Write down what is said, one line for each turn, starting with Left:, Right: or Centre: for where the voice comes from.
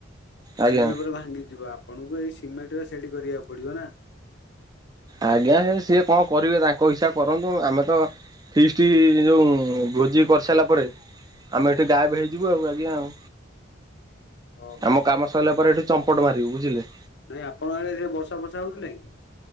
Left: କିଛି
Right: ଆଜ୍ଞା
Left: ଦିନ ପରେ ଭାଙ୍ଗିଯିବ, ଆପଣଙ୍କୁ ଏଇ ସିମେଣ୍ଟରେ ସେଡି କରିବାକୁ ପଡିବ ନା।
Right: ଆଜ୍ଞା ସିଏ କଣ କରିବେ ତାଙ୍କ ହିସା କରନ୍ତୁ, ଆମେ ତ ଫିଷ୍ଟି ଯୋଉ ଭୋଜି କରିସାଇଲା ପରେ ଆମେ ଏଠି ଗାପ ହେଇଯିବୁ ଆଉ ଆଜ୍ଞା ଆଉ।
Left: ଓହୋ
Right: ଆମ କାମ ସଇଲା ପରେ ଏଠି ଚମ୍ପଟ ମାରିବି ବୁଝିଲେ।
Left: ନା ଆପଣଙ୍କ ଆଳେ ଏଇଖିଣା ବର୍ଷ ଫର୍ଷା ହଉଥିଲା କି?